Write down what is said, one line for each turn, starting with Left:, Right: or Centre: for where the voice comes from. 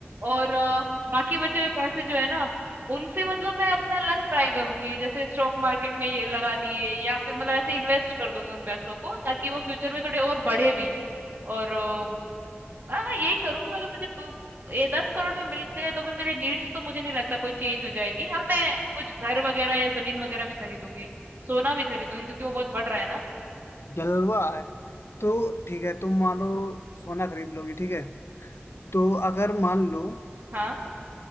Right: और अ, बाकी बचे हुए पैसे जो है ना उनसे मतलब मैं अपना लक ट्राई करूंगी जैसे स्टॉक मार्केट में ये लगा दिए या फिर मतलब ऐसे इन्वेस्ट कर दूंगी उन पैसों को ताकि वो फ्यूचर में थोड़े और बढ़े भी और अ, हाँ यही करूंगी मगर मुझे तो ये दस करोड़ में मिल गए तो भी मेरी नीड्स तो मुझे नहीं लगता कोई चेंज हो जाएगी हाँ मैं कुछ घर वगैरह या जमीन वगैरह भी खरीदूंगी सोना भी खरीदूंगी क्योंकि वो बहुत बढ़ रहा है ना
Left: जलवा है तो ठीक है तुम मान लो सोना खरीद लोगी ठीक है तो अगर मान लो
Right: हाँ